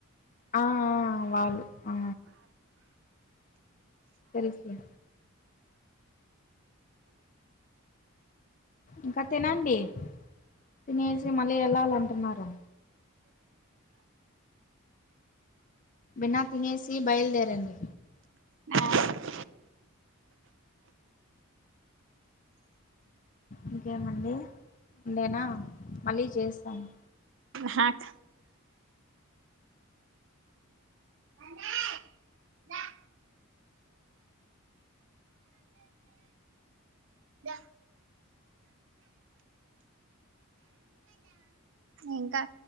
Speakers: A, on the left; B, on the right.
A: ఆ వాళ్ళు ఆ తెలుసులే ఇంకా తినండి తినేసి మళ్ళీ వెళ్ళాలంటున్నారు బిన తినేసి బయలుదేరండి
B: ఆ
A: ఇంకేమండి నేనా మళ్ళీ చేస్తాను
B: హక అ వా ఇంకా